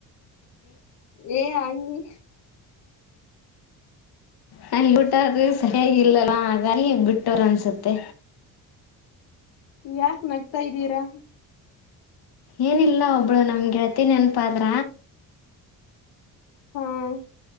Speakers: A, on the left (about 80°); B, on the left (about 60°).
A: ಏ ಅ್ಣಿ.
B: ನನ್ಗ್ ಊಟ ಅದು ಸರಿಯಾಗಿಲ್ಲಲ್ಲ ಹಾಗಾಗಿ ಬಿಟ್ಟೋರು ಅನ್ಸುತ್ತೆ.
A: ಯಾಕ ನಗ್ತಾ ಇದ್ದೀರಾ.
B: ಏನಿಲ್ಲ ಒಬ್ಬಳು ನಮ್ಗೆಳತಿ ನೆನಪಾದ್ರ.
A: ಹ್ಮ-